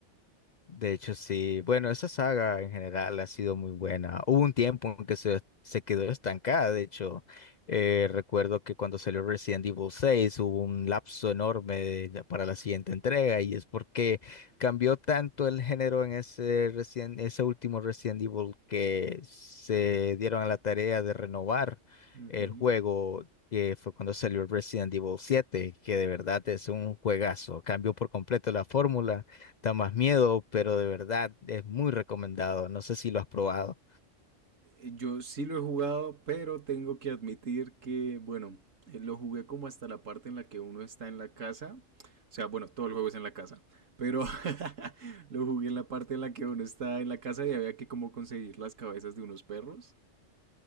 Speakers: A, on the left; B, on the right.
A: De hecho, sí. Bueno, esa saga en general ha sido muy buena. Hubo un tiempo en que se, se quedó estancada. De hecho, eh, recuerdo que cuando salió Resident Evil 6 hubo un lapso enorme de- de- para la siguiente entrega y es porque cambió tanto el género en ese, recien- ese último Resident Evil que se dieron a la tarea de renovar
B: Ujú.
A: el juego. que fue cuando salió Resident Evil 7, que de verdad es un juegazo, cambió por completo la fórmula Da más miedo, pero de verdad es muy recomendado. No sé si lo has probado.
B: Eh, Yo sí lo he jugado, pero tengo que admitir que, bueno, eh, lo jugué como hasta la parte en la que uno está en la casa. O sea, bueno, todo el juego es en la casa, pero <laughs> lo jugué en la parte en la que uno está en la casa y había que como conseguir las cabezas de unos perros,